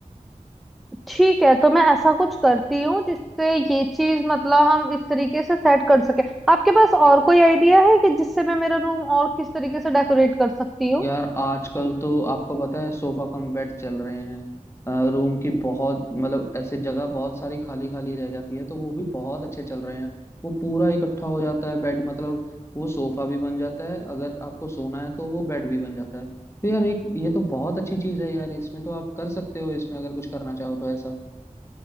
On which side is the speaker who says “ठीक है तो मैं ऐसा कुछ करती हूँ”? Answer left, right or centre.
Centre